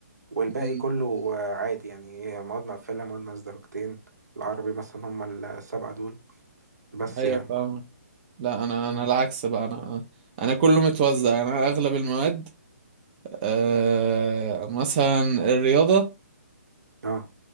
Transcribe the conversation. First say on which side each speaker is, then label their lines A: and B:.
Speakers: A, on the right; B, on the right.
A: والباقي
B: مم.
A: كله آه، عادي يعني هي مواد مقفله مواد ناقص درجتين العربي مثلا هم السبعه دول بس
B: ايوه
A: يعني
B: فاهم لا انا
A: مم.
B: انا العكس بقى انا انا كله متوزع انا اغلب المواد آه مثلا الرياضه
A: اه